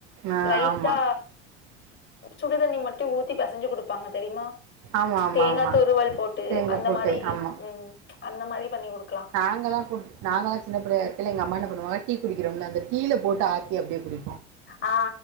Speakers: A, on the right; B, on the left.
A: ஆ
B: லைட்டா
A: ஆமா
B: சுடிதண்ணி மட்டும் ஊத்தி பெசஞ்சி குடுப்பாங்க தெரியுமா
A: ஆமா ஆமா
B: தேங்கா
A: ஆமா
B: துருவல் போட்டு
A: தேங்கா போட்டு
B: மாரி
A: ஆமா
B: ம் அந்த மாரி பண்ணி குடுக்கலா
A: நாங்கலா நாங்கலா சின்ன பிள்ளயா <unintelligible> எங்க அம்மா பண்ணுவங்க டீ குடிக்கிற ம்ல அந்த டீ ல போட்டு ஆத்தி அப்படியே குடி
B: ஆ